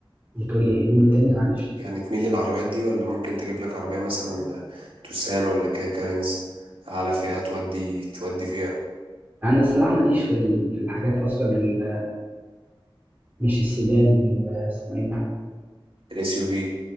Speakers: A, on the right; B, on the right.
A: بتقول لي قول تاني معلش
B: يعني تميل للعربيات دي ولا ممكن تجيب لك عربيه مثلا توسان ولا كيا كارينز على فئه تودي تودي فيها
A: انا الصراحه ماليش في ال... في الحاجات اصلا ال... مش السيدان ال- اسمه ايه ده
B: الاس يو في